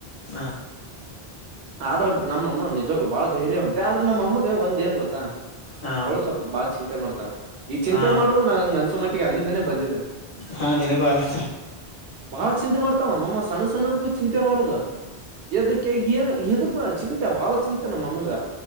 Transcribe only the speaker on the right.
ಆದ್ರ ನಮ್ಮಮ್ಮ ನಿಜವ್ಲು ಬಾಳ ಧೈರ್ಯ ಅಂತೆ ಆದ್ರೆ ನಮ್ಮಗೆ ಒಂದ್ ಏನ್ ಗೊತ್ತಾ.
ಅವಳು ಸ್ವಲ್ಪ ಬಾಳ ಚಿಂತೆ ಮಾಡ್ತಾಳ ಈ ಚಿಂತೆ
ಮಾಡುದು ನಂಗ ಅನ್ಸ ಮಟ್ಟಿಗೆ ಅಲ್ಲಿಂದಾನೇ ಬಂದಿದೆ.
ಬಹಳ ಚಿಂತೆ ಮಾಡ್ತಾವ ನಮ್ಮ ಅಮ್ಮ ಸಣ್ಣ ಸಣ್ಣದಕ್ಕೂ ಚಿಂತೆ ಮಾಡೋದ ಯದಕ್ಕೆ ಏನುದಕ್ ಹ ಚಿಂತೆ ಬಾಳ ಚಿಂತೆ ನಮ್ಮಮ್ಮಗ